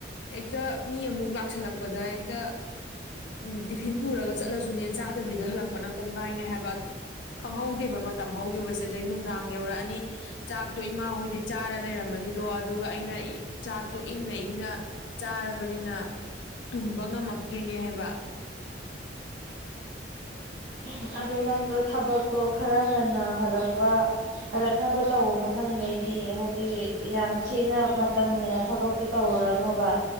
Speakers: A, on the left (about 90°); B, on the right (about 70°).
A: ꯍꯦꯛꯇ ꯃꯤ ꯑꯃꯨꯛ ꯂꯥꯛꯁꯜꯂꯛꯄꯗ ꯍꯦꯛꯇ ꯎ ꯇꯤꯐꯤꯟ ꯄꯨꯔꯒ ꯆꯠꯂꯁꯨꯅꯦ ꯆꯥꯗꯕꯤꯗ ꯍꯜꯂꯛꯄꯅ ꯀꯣꯡꯒꯥꯏꯅꯦ ꯍꯥꯏꯕ ꯈꯪꯍꯧꯗꯦꯕ ꯃꯇꯝ ꯍꯧꯒꯤꯕꯁꯦ ꯑꯗꯩ ꯅꯨꯡꯗꯥꯡ ꯌꯧꯔꯛꯑꯅꯤ ꯆꯥꯛꯇꯣ ꯏꯃꯥ ꯍꯣꯏꯗꯤ ꯆꯥꯔꯥ ꯂꯩꯔꯝꯃꯅꯤꯗꯣ ꯑꯗꯨꯒ ꯑꯩꯅ ꯏ ꯆꯥꯛꯇꯣ ꯏꯪꯅ ꯏꯪꯅ ꯆꯥꯔꯕꯅꯤꯅ ꯇꯨꯝꯕ ꯉꯝꯃꯛꯇ꯭ꯔꯤꯅꯦ ꯍꯥꯏꯕ꯫
B: ꯎꯝ ꯑꯗꯣ ꯅꯪꯗꯣ ꯊꯕꯛꯇꯣ ꯈꯔ ꯉꯟꯅ ꯍꯜꯂꯛꯄ ꯍꯜꯂꯛꯅꯕ ꯇꯧꯕ ꯃꯊꯪꯗꯩꯗꯤ ꯍꯥꯏꯗꯤ ꯌꯥꯝ ꯊꯤꯅ ꯃꯇꯝ ꯍꯦꯟꯅ ꯊꯕꯛꯇꯣ ꯇꯧꯔꯨꯔꯅꯣꯕ